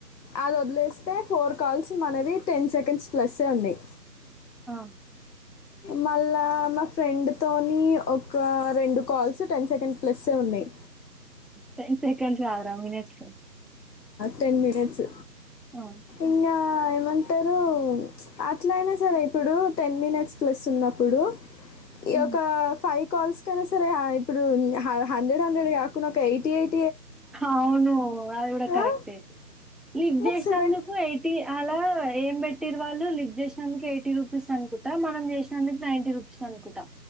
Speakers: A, on the left (about 85°); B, in the centre.
A: అది వదిలేస్తే ఫోర్ కాల్స్ మనవి టెన్ సెకండ్స్ ప్లస్ యే ఉన్నాయి
B: ఆ
A: మళ్ళా మా ఫ్రెండ్తోని ఒక రెండు కాల్స్ టెన్ సెకండ్ ప్లస్ యే ఉన్నాయి
B: టెన్ సెకండ్స్ అరా మినట్స్
A: టెన్ మినిట్స్
B: ఆ
A: ఇంకా ఏమంటారు అట్ల అయినా సరే ఇప్పుడు టెన్ మినిట్స్ ప్లస్ ఉన్నప్పుడు ఈ
B: హ్మ్
A: ఒక ఫైవ్ కాల్స్ కైనా సరే ఇప్పుడు హండ్రెడ్ హండ్రెడ్ కాకుండా ఒక ఎయిటీ ఎయిట్
B: అవును అ ది కూడా కరెక్టే
A: ఆ,
B: ఇది
A: నాకు
B: చేసినందుకు
A: సెవెన్
B: ఎయిటి అలా ఏమ్ పెట్ తిరువాళ్లు లిఫ్ట్ చేసినందుకు ఎయిటీ రూపీస్ అనుకుంటా. మనం చేసినందుకు నైంటీ రూపీస్ అనుకుంటా.